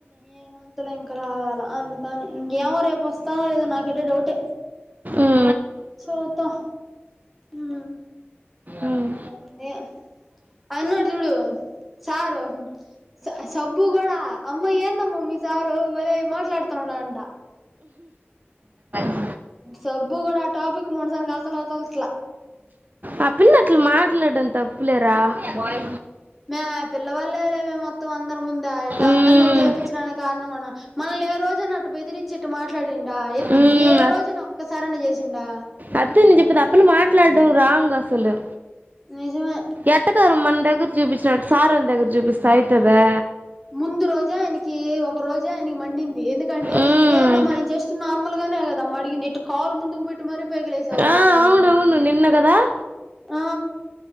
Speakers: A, in the centre; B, on the right.
A: ఏముంతులె ఇంక రావాలా అందుకని ఇంగేమో రేపోస్తానో లేదో నాకైటె డౌటె.
B: ఊమ్.
A: చూద్దాం ఊ
B: ఉమ్
A: అంతె అయినుంనాడు జూడు సారు ఉహ్ స సబ్బు గుడ అమ్మ ఏందమ్మ మిత్ సారు ఒలేయ్ మాట్లాడుతున్నడ్ అంట
B: చ్
A: సబ్బు కూడా ఆ టాపిక్ మనసానికి అసలు వదలట్లా
B: ఆ పిల్ల అట్ల మాట్ ట్లడం తప్పులెరా వాయ్
A: మే ఆ పిల్లవళ్లే లే మే మొత్తం అందర ముందా ఇట్ట
B: ఉమ్
A: అందర్నీ ఇటేపిచ్చడానికి కార్ణమున. మనల్నే రోజైనా అట్ట బెదిరిచ్చిట్ట మాట్లాడిండా ఎద్
B: ఉమ్
A: ఏ రోజైన ఒక్కసారన్న జేసిండా.
B: అద్దన్ జెప్పిద్ ఆ పిల్ల మాట్లాడ్డం రాంగ్ అసలు
A: నిజమే
B: ఎట్టకారం మన్ దగ్గర్ జూపిచ్చినట్టు సారోళ్ దగ్గర జూపిస్తె అయ్తదా.
A: ముందు రోజే ఆయ్నికి ఒక రోజే ఆయ్నికి మండింది ఎందుకంటె
B: ఉమ్
A: ఏందొ మనం జస్ట్ నార్మల్గ గనె గదమ్మ అడిగింది ఇట్ట కాలు ముందుకు బెట్టి మరీ పైకి లేసావు
B: ఆ
A: అనన్నాడు.
B: అవునవును నిన్న కదా
A: ఆ.